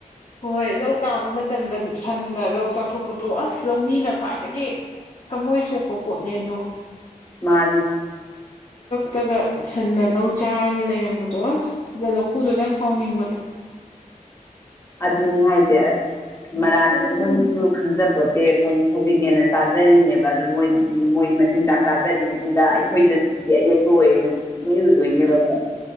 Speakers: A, on the left; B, on the left.
A: ꯍꯣꯏ ꯂꯧ ꯇꯥꯕ ꯃꯇꯝꯗ ꯁꯟꯅ ꯂꯧ ꯆꯥꯊꯣꯛꯄꯗꯣ ꯑꯁ ꯂꯧꯃꯤꯅ ꯈ꯭ꯋꯥꯏꯗꯒꯤ ꯊꯃꯣꯏ ꯁꯣꯛꯄ ꯄꯣꯠꯅꯦ ꯑꯗꯣ
B: ꯃꯥꯅꯦ
A: ꯇꯒ ꯁꯟꯅ ꯂꯧ ꯆꯥꯔꯒ ꯂꯩꯔꯝꯕꯗꯣ ꯂꯧꯄꯨꯗꯨꯅ ꯁꯥꯎꯅꯤꯡꯕꯗꯣ
B: ꯑꯗꯨꯅꯦ ꯍꯥꯏꯁꯦ ꯑꯁ ꯃꯔꯥꯟꯜ ꯈꯪꯖꯄꯣꯠꯇꯦ ꯃꯣꯏꯅ ꯁꯖꯤꯛꯅꯦꯅ ꯆꯥꯖꯔꯤꯅꯦꯕ ꯑꯗꯣ ꯃꯣꯏ ꯃꯣꯏ ꯃꯆꯤꯟꯖꯥꯛ ꯆꯥꯖꯔꯤꯉꯩꯅꯤꯗ ꯑꯩꯈꯣꯏꯗꯗꯤ ꯑꯌꯦꯛꯄ ꯑꯣꯏꯔꯦꯅ ꯂꯩꯔꯨꯗꯣꯏꯅꯦꯕꯀꯣ